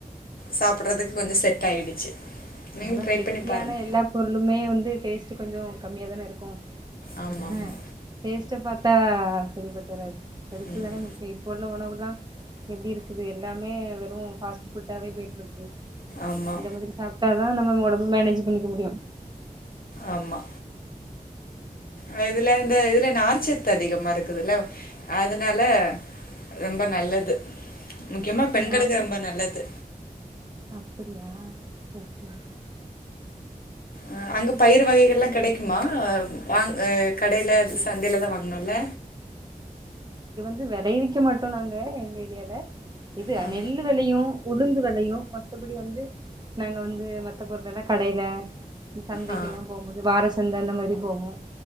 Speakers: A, on the left (about 70°); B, on the right (about 30°).
A: சாப்படுறதுக்கு கொஞ்சொ செட் ஆயிடுச்சு நீங்களு
B: அதான்
A: ட்ரை
B: ஹெல்த்தியான
A: பண்ணி பாருங்க
B: எல்லா பொருளுமே வந்து டேஸ்ட் கொஞ்சொ கம்மியா தானே இருக்கு
A: ஆமா
B: அஹ்
A: ஆமா
B: ப க பார்த்தா சரிப்பராது <unintelligible>
A: ம்
B: தான முக்கியோ இப்போ நல்ல உணவல்லா எப்டி இருக்குது எல்லாமே வெறு ஃபாஸ்ட் ஃபுட்டாவே போயிட்ருக்கு
A: ஆமா
B: இந்த மாதிரி சாப் ட்டாதா நம்ம ஒடம்பு மேனேஜ் பண்ணிக்க முடியு
A: ஆமா ஆ இதுல இந்த இதுல நார்ச்சத்து அதிகமா இருக்குதுல்ல அதனால ரொம்ப நல்லது முக்கியமா
B: ஆமா
A: பெண்களுக்கு
B: நார்ச்சத்
A: ரொம்ப நல்லது
B: அப்படியா சரி சரி சரி
A: ஆ அங்க பயிறு வகைகள்லா கெடைக்குமா வாங் ஆ கடைல
B: சரி
A: சந்தைலதா வாங்கணு இல்ல?
B: இது வெளைவிக்க மாட்டோ நாங்க எங்க ஏரியால. இது
A: ஆ
B: அ நெல்லு வெளையு உளுந்து வெளையு மத்தபடி வந்து நாங்க வந்து மத்த பொருளல்லா கடைல சந்தைக்கெல்லா
A: ஆ
B: போம்போது வார சந்த அந்த மாரி போவோ